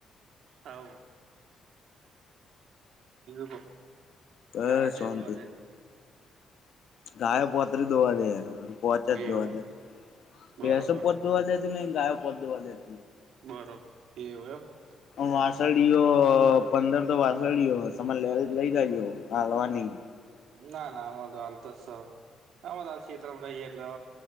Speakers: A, on the right; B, on the left.
A: હલો. બ <inaudible>
B: બસ
A: ગાય છે
B: શાંતિ
A: દોવાજ
B: ગાયો પોતરી દોવા દે પોચે જ
A: એવું
B: દોવા
A: એમ
B: દે
A: બરોબર
B: ભૈસો પો દોવા દ ત ને ગાયક પ દોવા દ <inaudible>
A: બરો એવું એમ.
B: વાસળીયો પંદર તો વાસળીયો તમારે લેરવી તો લઇ જજો કાલવાની.
A: ના ના અમા તો હલ <inaudible> તો આ તો હ શતમાં રહી એટલો